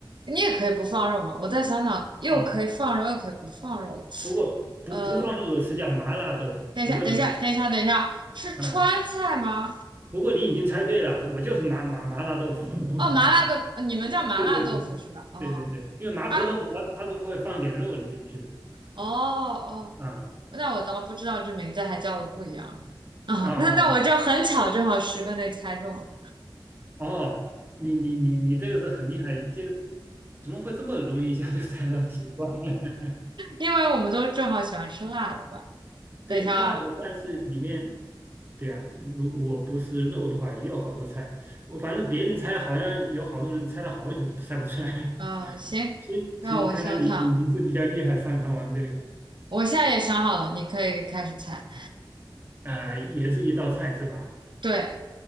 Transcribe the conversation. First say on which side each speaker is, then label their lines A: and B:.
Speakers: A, on the right; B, on the right.
A: 你也可以不放肉嘛。我再想想，又可以放肉，
B: 哦，
A: 又可以不放肉的。
B: 不过不不放肉的是叫麻辣豆腐，
A: 呃，等一下，
B: 不过你。
A: 等一下，等一下，等一下，是川菜吗？
B: 啊。不过你已经猜对了，我就是麻麻麻辣豆腐。<laughs>
A: 哦，麻辣豆腐，你们叫麻辣豆腐是吧？
B: 对对对
A: 哦
B: 对对对，因为麻婆豆腐它它都会放点肉里面去的。
A: 啊，哦哦，
B: 啊
A: 那我倒不知道这名字还叫的不一样啊。
B: 啊啊啊
A: 那那我这很巧，正好十个内猜中了，
B: 哦，你你你你这个是很厉害，就怎么会这么容易一下就猜到奇怪？<laughs>
A: 因为我们都正好喜欢吃辣的吧。等一下啊，
B: 对，那的，但是里面，对啊，如我不是肉的话，也有好多菜。我反正别人猜，好像有好多人猜了好久都猜不出来。
A: 呃，行，
B: <laughs> 行行，
A: 让我想想，
B: 看来你你你是比较厉害，擅长玩这个。
A: 我现在也想好了，你可以开始猜。
B: 啊、也是一道菜是吧？
A: 对，